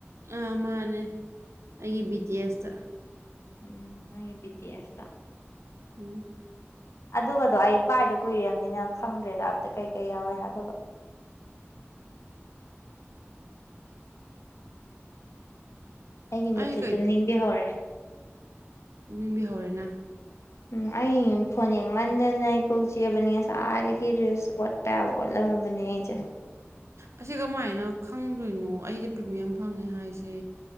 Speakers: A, on the right; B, on the left.
A: ꯑ ꯃꯥꯅꯦ ꯑꯩꯒꯤ ꯕꯤ ꯇꯤ ꯑꯦꯁ ꯇ꯫
B: ꯎꯝ ꯅꯪꯒꯤ ꯕꯤ ꯇꯤ ꯑꯦꯁ ꯇ꯫
A: ꯎꯝ
B: ꯑꯗꯨꯒꯗꯣ ꯑꯩ ꯕꯥꯏꯗ ꯀꯨꯏꯔꯝꯅꯤꯅ ꯈꯪꯗ꯭ꯔꯦꯗ ꯑꯝꯇ ꯀꯩ ꯀꯩ ꯌꯥꯎꯋꯦ ꯍꯥꯏꯕꯒ꯫ ꯑꯩꯒꯤ ꯃꯤꯠꯁꯦ
A: ꯑꯩ
B: ꯇꯨꯝꯅꯤꯡꯕꯤ ꯍꯧꯔꯦ꯫
A: ꯇꯨꯝꯅꯤꯡꯕꯤ ꯍꯧꯔꯦ ꯅ꯫
B: ꯎꯝ ꯑꯩ ꯐꯣꯟ ꯌꯦꯡꯃꯟꯗꯅ ꯑꯩ ꯀꯣꯛ ꯆꯤꯛꯑꯕꯅꯤ ꯉꯁꯥꯏꯗꯒꯤ ꯔꯤꯜꯁ ꯑꯣꯠ___ ꯄ ꯌꯥꯕ ꯑꯣꯠꯂꯝꯃꯥꯕꯅꯦ ꯑꯩꯖꯦ꯫
A: ꯑꯁꯤ ꯀꯃꯥꯏꯅ ꯈꯪꯗꯣꯏꯅꯣ ꯑꯩꯁꯦ ꯄ꯭ꯔꯤꯃꯤꯌꯝ ꯐꯪꯉꯦ ꯍꯥꯏꯁꯦ꯫